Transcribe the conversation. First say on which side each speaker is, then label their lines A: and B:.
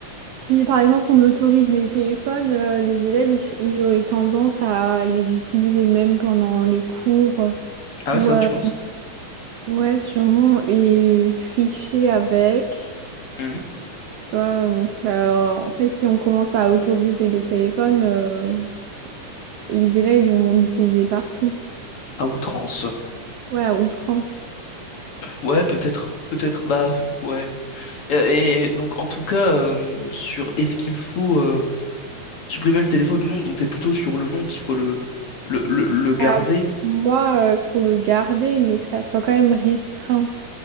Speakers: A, on the right (about 75°); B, on the left (about 55°).
A: si par exemple on autorise les téléphones, euh, les élèves, ils, s- ils auraient tendance à les utiliser même pendant les cours, euh,
B: Ah
A: ou
B: ouais, c'est
A: à-
B: vrai, tu penses?
A: ouais, sûrement, et tricher avec,
B: Mhm.
A: tu vois, donc euh, en fait, si on commence à autoriser le téléphone, euh, les élèves ils vont l'utiliser partout,
B: À outrance.
A: ouais, à outrance.
B: Ouais, peut-être. Peut-être. Bah, ouais. Et, et donc, en tout cas, euh, sur est-ce qu'il faut euh, supprimer le téléphone ou non, donc t'es plutôt sur le non qu'il faut le, le, le, le garder.
A: Ah, pour moi, il faut le garder, mais que ça soit quand même restreint.